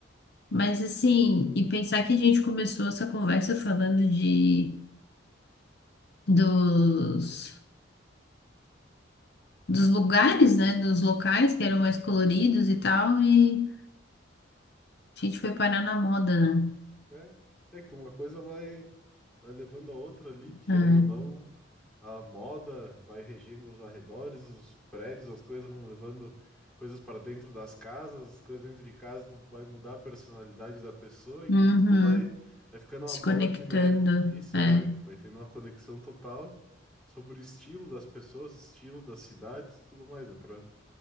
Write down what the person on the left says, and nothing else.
Mas assim, e pensar que a gente começou essa conversa falando de dos, dos lugares, né? Dos locais que eram mais coloridos e tal, e a gente foi parar na moda, né?
É.
Uhum.
Se
conectando.
É.